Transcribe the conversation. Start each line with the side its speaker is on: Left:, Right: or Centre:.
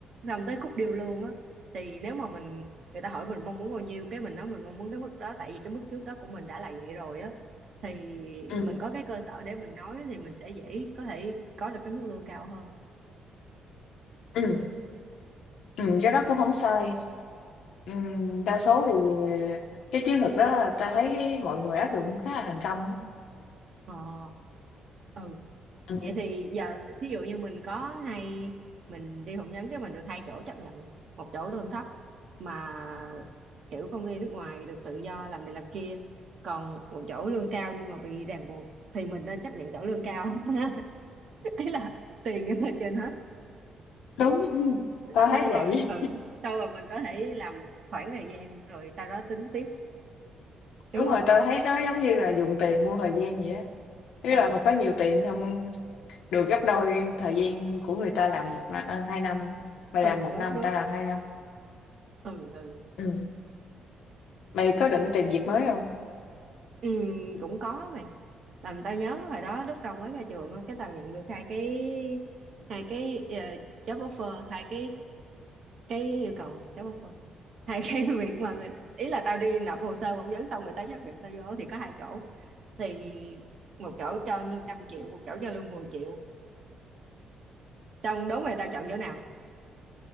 Right: xong tới khúc điêu lương á thì nếu mà mình người ta hỏi mình mong muốn bao nhiêu cái mình nói mình mong muốn cái mức đó tại vì cái mức trước đó của mình đã là vậy rồi á thì
Left: ừ,
Right: mình có cái cơ sở để mình nói thì mình sẽ dễ có thể có được cái mức lương cao hơn
Left: ừ, ừ, cái đó cũng không sai. Ừm, đa số thì cái chiến lược đó tao thấy cái mọi người áp dụng khá là thành công. á.
Right: Ờ, ừ.
Left: Ừ,
Right: Vậy thì giờ thí dụ như mình có hay mình đi phỏng vấn cái mình được hai chỗ chấp nhận, một chỗ lương thấp mà kiểu công ty nước ngoài được tự do làm này làm kia, còn một chỗ lương cao nhưng mà bị ràng buộc thì mình nên chấp nhận chỗ lương cao. <laughs> Ý là tiền nhưng mà trên hết.
Left: đúng, tao thấy
Right: Xong
Left: vậy.
Right: rồi ừ, xong rồi mình có thể làm khoảng thời gian rồi sau đó tính tiếp,
Left: <laughs>
Right: đúng
Left: Đúng
Right: không?
Left: rồi, tao thấy nó giống như là dùng tiền mua thời gian vậy á. Ý
Right: Ừ,
Left: là mà có nhiều tiền không được gấp đôi cái thời gian của người ta làm một năm, à, 2 năm, mày
Right: ừ
Left: làm một
Right: đúng
Left: năm, người
Right: đúng.
Left: ta làm 2 năm.
Right: Ừ ừ.
Left: Ừm. Mày có định tìm việc mới không?
Right: Ừ, cũng có mày làm tao nhớ hồi đó lúc tao mới ra trường á, cái tao nhận được hai cái hai cái ờ, job offer hai cái cái yêu cầu job offer hai <laughs> cái việc mà người ý là tao đi nộp hồ sơ phỏng vấn xong người ta chấp nhận tao vô thì có hai chỗ thì một chỗ cho lương năm triệu một chỗ cho lương mười triệu xong đố mày tao chọn chỗ nào